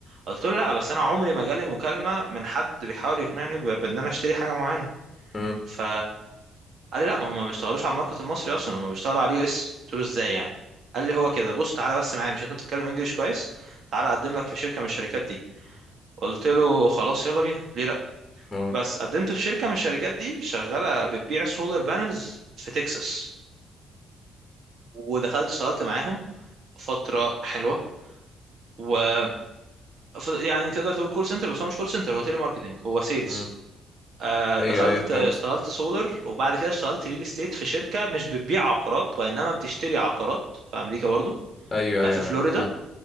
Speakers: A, on the right; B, on the left.
A: قلت له لا بس انا عمري ما جالي مكالمة من حد بيحاول يقنعني ب- بان انا اشتري حاجة معينة
B: امم
A: ف قال لي لا ما هم ما بيشتغلوش على الماركت المصري اصلا هم بيشتغلوا على اليو اس قلت له ازاي يعني قال لي هو كده بص تعالى بس معايا مش انت بتتكلم انجليش كويس تعالى اقدم لك في شركة من الشركات دي قلت له خلاص يلا بينا ليه لا
B: امم
A: بس قدمت في شركه من الشركات دي شغاله بتبيع سولار بانلز في تكساس ودخلت اشتغلت معاهم فتره حلوه و ف- يعني تقدر تقول كول سنتر بس هو مش كول سنتر هو تيلي ماركتنج هو سيلز
B: امم
A: آه،
B: ايوه
A: دخلت
B: ايوه فهمت
A: آه، اشتغلت سولر وبعد كده اشتغلت ريل استيت في شركه مش بتبيع عقارات وانما بتشتري عقارات في امريكا برضه
B: ايوه
A: آه،
B: ايوه
A: في
B: انا
A: فلوريدا
B: اه